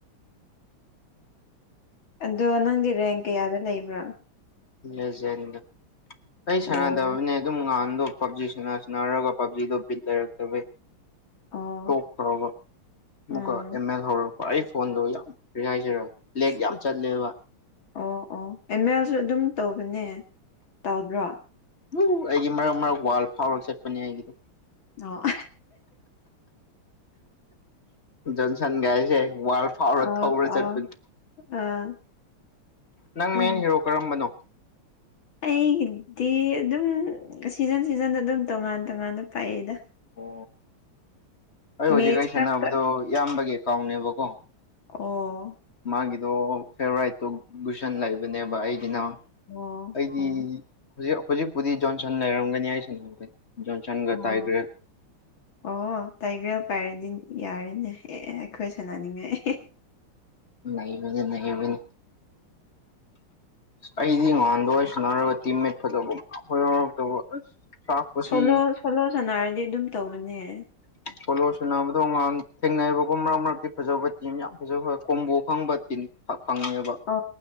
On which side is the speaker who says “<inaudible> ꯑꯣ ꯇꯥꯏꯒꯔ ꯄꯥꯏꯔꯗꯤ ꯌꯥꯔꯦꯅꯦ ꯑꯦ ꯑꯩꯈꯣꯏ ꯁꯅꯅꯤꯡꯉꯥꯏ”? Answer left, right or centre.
Left